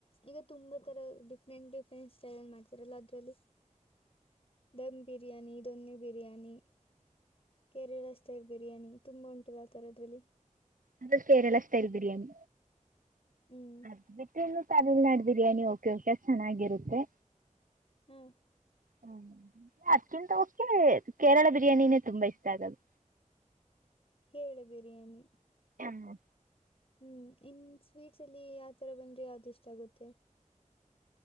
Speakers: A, on the left; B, on the right.
A: ಈಗ ತುಂಬಾ ತರ ಡಿಫ್ರೆಂಟ್ ಡಿಫ್ರೆಂಟ್ ಸ್ಟೈಲ್ ಅಲ್ಲಿ ಮಾಡ್ತಾರಲ್ಲ ಅದ್ರಲ್ಲಿ ದಮ್ ಬಿರಯಾನಿ ದೊನ್ನಿ ಬಿರಯಾನಿ ಕೇರಳ ಸ್ಟೈಲ್ ಬಿರಿಯಾನಿ ತುಂಬಾ ಉಂಟದ ಆತರ ಅದ್ರಲ್ಲಿ
B: ಅದು ಕೇರಳ ಸ್ಟೈಲ್ ಬಿರಿಯಾನಿ
A: ಹ್ಮ್
B: ಅದಲ್ಲ ತಮಿಳ್ನಾಡು ಬಿರಿಯಾನಿ ಓಕೆ ಓಕೆ ಚೆನ್ನಾಗಿರುತ್ತೆ
A: ಹ್ಮ್
B: ಹ್ಮ ಅದ್ಕ್ಕಿಂತ ಕೆ ಕೇರಳ ಬಿರಿಯಾನಿನೇ ತುಂಬಾ ಇಷ್ಟ ಆಗದು
A: ಕೇಳಿ ಬಿರಿಯಾನಿ
B: ಹ್ಮ
A: ಹ್ಮ್ ಇನ್ ಸ್ವೀಟ್ಸ್ ಅಲ್ಲಿ ಯಾವತರ ಬಂದ್ರೆ ಯಾವ್ದ ಇಷ್ಟ ಆಗುತ್ತೆ